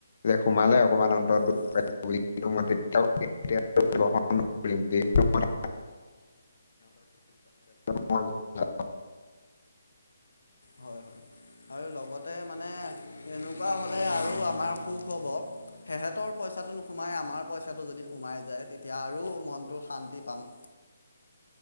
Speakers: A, on the left; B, on the left.
A: যে সোমালে অকনমান অন্ত
B: হয়
A: মইতিয়া গ্ৰণ <unintelligible> মই <unintelligible>
B: হয় হয় আৰু লগতে মানে এনেকুৱা হ'লে আৰু আমাৰ সুখ হ'ব। সেহঁতৰ পইচাটো নোসুমাই, আমাৰ পইচাটো যদি সোমাই যায়। তেতিয়া আৰু মনটো শান্তি পাম।